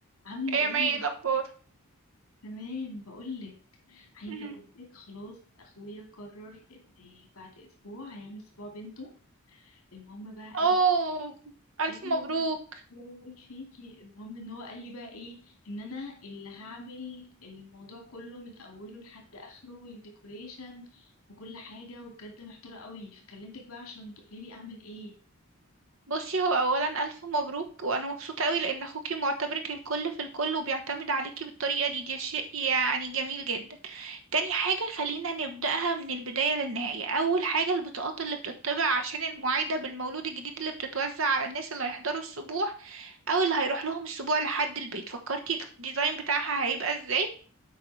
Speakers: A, on the left; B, on the right.
A: عاملة
B: ايه
A: ايه؟
B: يا مي ايه الاخبار
A: تمام بقولك عايزة
B: مهم.
A: اقولك خلاص اخويا قرر ان بعد اسبوع هيعمل اسبوع بنته المهم بقى قال
B: اوه الف
A: قال لي
B: مبروك
A: "أيوة، الله يبارك فيكي المهم ان هو قال لي بقى ايه ان انا اللي هعمل الموضوع كله من اوله لحد اخره الديكوريشن وكل حاجة وبجد محتارة قوي فكلمتك بقى عشان تقوليلي اعمل ايه
B: بصي هو اولا الف مبروك وانا مبسوطه قوي لان اخوكي معتبرك الكل في الكل وبيعتمد عليكي بالطريقه دي دي شيء يعني جميل جدا تاني حاجه خلينا نبداها من البدايه للنهايه اول حاجه البطاقات اللي بتطبع عشان المعايده بالمولود الجديد اللي بتتوزع على الناس اللي هيحضروا السبوع او اللي هيروح لهم السبوع لحد البيت فكرتي الديزاين بتاعها هيبقى ازاي